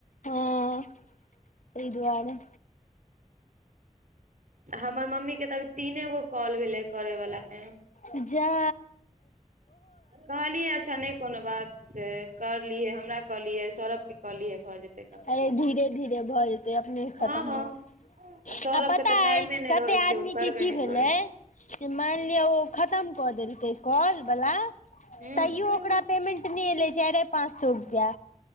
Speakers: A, on the left; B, on the right.
A: हां, तै दुआरे।
B: हमर मम्मी के त अभी तीने गो कॉल भेलै करै वला मे
A: जा।
B: कहलिये अच्छा नै कोनो बात से करलिये हमरा कहलिये सौरव के कहलिये भ जेतै। कम्प्लीट
A: अरे धीरे धीरे भ जेते अपने खतम
B: हँ हँ
A: हो
B: सौरभके
A: आ पता
B: तऽ टाइमे
A: अछि
B: नहि
A: कते
B: रहै
A: आदमी
B: छै ओ करबे
A: के की
B: नहि
A: भेलै?
B: करै छै
A: मेल लिअ ओ खतम क देलके कॉल वला
B: हूँ
A: तैयो ओकरा पेमेंट मे एलै चारिये पाँच सो रुपया